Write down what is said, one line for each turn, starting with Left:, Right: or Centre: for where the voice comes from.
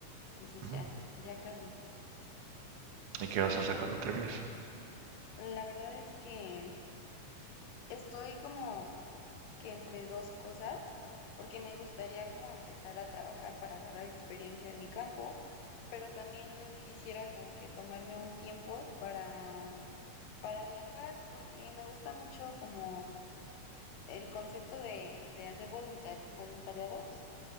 Left: entonces
Right: ujú.
Left: ya, ya casi.
Right: ¿Y qué vas a hacer cuando termines?
Left: La verdad es que estoy como que entre dos cosas, porque me gustaría como empezar a trabajar para agarrar experiencia en mi campo, pero también quisiera como que tomarme un tiempo para Para viajar, porque me gusta mucho como el concepto de, de hacer voluntar- voluntariados.